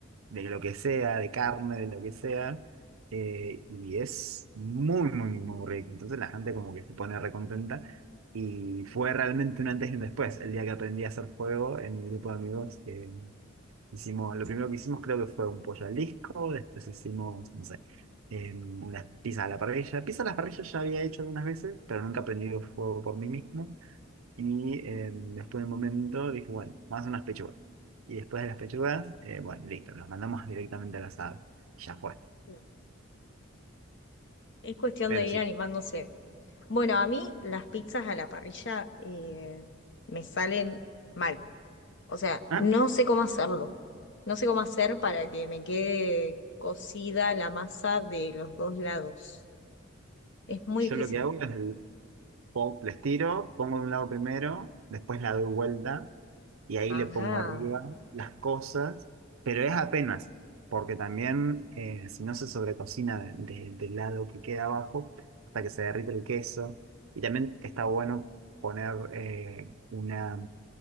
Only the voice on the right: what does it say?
de lo que sea, de carne, de lo que sea, eh, y es muy, muy, muy rico. Entonces la gente como que se pone recontenta. Y fue realmente un antes y un después, el día que aprendí a hacer fuego en mi grupo de amigos, que Hicimos, lo primero que hicimos creo que fue un pollo al disco, después hicimos, no sé, em, unas pizzas a la parrilla. Pizza a la parrilla ya había hecho algunas veces, pero nunca prendido fuego por mí mismo. Y em, después de un momento dije, bueno, vamos a hacer unas pechugas. Y después de las pechugas, eh, bueno, listo, los mandamos directamente al asado. Y ya fue.
Pero
sí.
Ah,
yo
lo que hago es Pon- les tiro, pongo de un lado primero, después la doy vuelta y ahí
le pongo arriba las cosas, pero es apenas, porque también eh, si no se sobrecocina de- de- del lado que queda abajo hasta que se derrite el queso. Y también está bueno poner eh, una,